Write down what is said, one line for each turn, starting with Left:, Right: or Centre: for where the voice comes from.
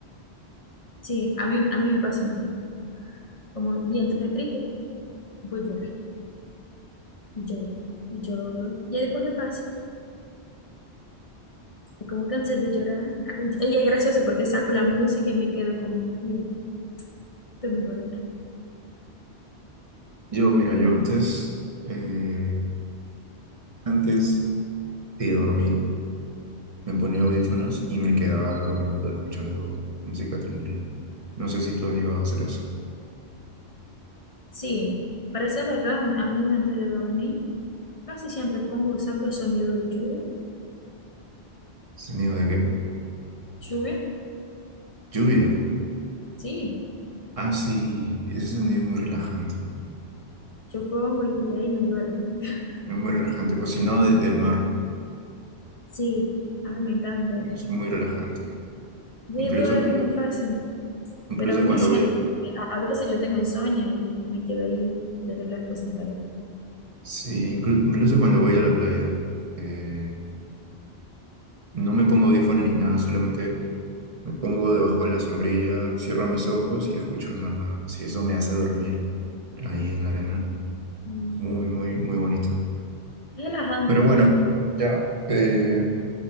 Left: Sí, a mí, a mí me pasa, lo mismo, como bien estoy triste, voy a llorar y lloro y lloro, y después me pasa, y como cansé de llorar, y es gracioso porque saco la música y me quedo como, bien, estoy mejor ahora.
Right: Yo, mira, yo antes, eh, antes de dormir, me ponía audífonos y me quedaba durmiendo, escuchando música tranquila. No sé si tú has llegado a hacer eso.
Left: Sí, para ser verdad, a mí antes de dormir casi siempre pongo, ¿sabes? sonido de lluvia,
Right: ¿Sonido de qué?
Left: lluvia,
Right: Lluvia.
Left: sí.
Right: Ah, sí, ese sonido es muy relajante.
Left: Yo pongo y ahí me duermo. <laughs>
Right: Es muy relajante. O si no, de- del mar.
Left: Sí, a mí me encanta.
Right: Es muy relajante.
Left: Yo
Right: Incluso
Left: duermo
Right: cuando,
Left: fácil,
Right: incluso
Left: pero ni
Right: cuando
Left: siempre.
Right: voy a,
Left: porque A, a veces yo tengo insomnio y me quedo ahí viendo las cosas en calor.
Right: sí, inclu- incluso cuando voy a la playa, eh, no me pongo audífonos ni nada, solamente me pongo debajo de la sombrilla, cierro mis ojos y escucho el mar nada más. Y eso me hace dormir ahí en la arena.
Left: Mm,
Right: Muy, muy, muy bonito.
Left: Es relajante.
Right: Pero
Left: ¿no?
Right: bueno, ya. eh,